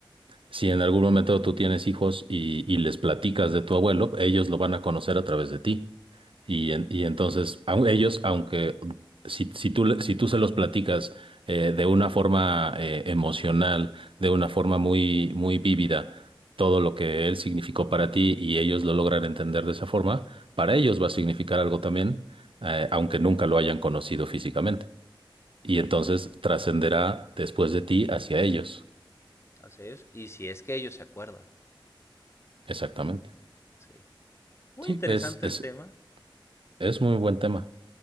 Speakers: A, on the right (about 80°); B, on the left (about 30°).
A: Si en algún momento tú tienes hijos y, y les platicas de tu abuelo, ellos lo van a conocer a través de ti. Y, en- y entonces, au- ellos, aunque si, si tú, le- si tú se los platicas eh, de una forma eh, emocional, de una forma muy, muy vívida, todo lo que él significó para ti y ellos lo logran entender de esa forma, para ellos va a significar algo también, eh, aunque nunca lo hayan conocido físicamente. Y entonces
B: Sí,
A: trascenderá después de ti hacia ellos.
B: así es, y si es que ellos se acuerdan.
A: Exactamente.
B: Sí. Muy
A: Sí,
B: interesante
A: es, es,
B: el tema,
A: es muy buen tema.